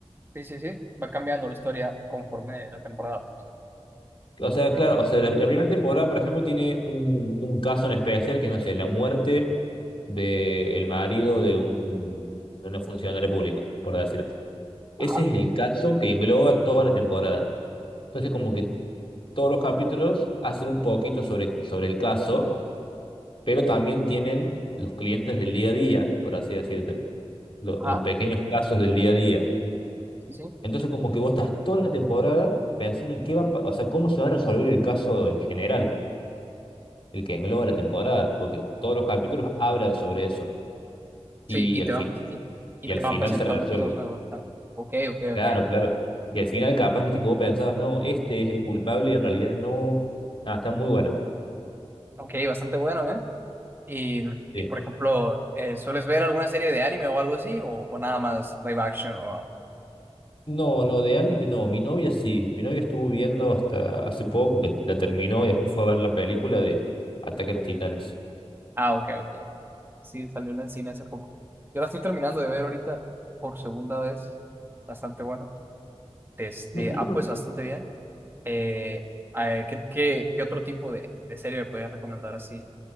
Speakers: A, on the right (about 20°); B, on the left (about 50°).
A: sí, sí. sí. Va cambiando la historia conforme la temporada.
B: O sea, claro, o sea, la, la primera temporada, por ejemplo, tiene un, un caso en especial que, no sé, la muerte del marido de, un, de una funcionaria pública, por decirte. Ese
A: Ajá.
B: es el caso que engloba toda la temporada. Entonces, como que todos los capítulos hacen un poquito sobre, sobre el caso, pero también tienen los clientes del día a día, por así decirte, lo-
A: Ajá.
B: los pequeños casos del día a día.
A: Sí, sí.
B: Entonces, como que vos estás toda la temporada pensando en qué va, a pa- o sea, cómo se va a resolver el caso del general, el que engloba la temporada, porque todos los capítulos hablan sobre eso
A: Sí,
B: y
A: y
B: al
A: te
B: final,
A: van, y, y
B: y
A: te
B: al
A: van
B: final
A: presentando
B: se resuelve.
A: que sos nuevo. Está- Ok, ok,
B: Claro,
A: ok.
B: claro. Y al final capaz, viste, que vos pensabas, no, este es el culpable y en realidad no. Ah, está muy buena.
A: Ok, bastante bueno, ¿eh? Y,
B: Sí.
A: y por ejemplo, eh, ¿sueles ver alguna serie de anime o algo así? ¿O, o nada más live action o algo?
B: No, no, de anime no. Mi novia sí. Mi novia estuvo viendo hasta hace poco que la terminó y después fue a ver la película de Ataque a los Titanes.
A: Ah, ok, ok. Sí, salió en el cine hace poco. Yo la estoy terminando de ver ahorita por segunda vez. Bastante bueno. Este,
B: No, yo
A: ah,
B: no-
A: pues bastante bien. Eh, ay, ¿qué, qué, qué otro tipo de, de serie me puedes recomendar así?